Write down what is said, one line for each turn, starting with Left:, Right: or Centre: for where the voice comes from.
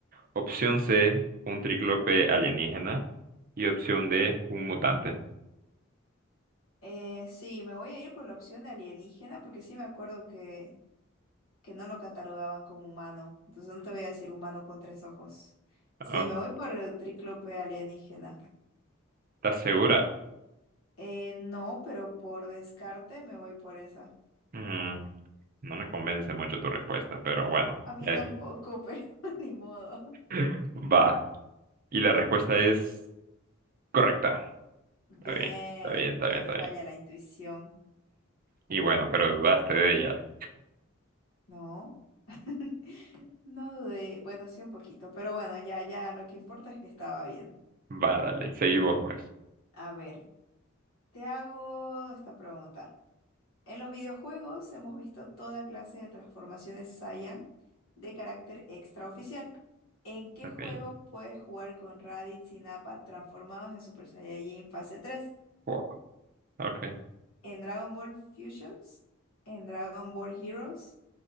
Right: Opción C, un tríclope alienígena. Y opción D, un mutante.
Left: Eh, sí, me voy a ir por la opción de alienígena porque sí me acuerdo que, que no lo catalogaban como humano. Entonces no te voy a decir humano con tres ojos. Sí,
Right: Ok.
Left: me voy por el tríclope alienígena.
Right: ¿Estás segura?
Left: Eh, no, pero por descarte me voy por esa.
Right: Mm, no me convence mucho tu respuesta, pero bueno.
Left: A mí
Right: ya
Left: tampoco,
Right: dije.
Left: <laughs> pero ni modo.
Right: <laughs> Va. Y la respuesta es correcta.
Left: Bien,
Right: Está bien, está bien, está
Left: no me
Right: bien, está
Left: falla
Right: bien.
Left: la intuición.
Right: Y bueno, pero dudaste de ella.
Left: No, <laughs> no dudé. Bueno, sí un poquito, pero bueno, ya, ya, lo que importa es que estaba bien.
Right: Va, dale, seguimos pues.
Left: A ver, te hago esta pregunta. En los videojuegos hemos visto toda clase de transformaciones Saiyan de carácter extraoficial. ¿En qué
Right: Ok.
Left: juego puedes jugar con Raditz y Nappa transformados en Super Saiyajin fase 3?
Right: Wow, ok.
Left: ¿En Dragon Ball Fusions? ¿En Dragon Ball Heroes?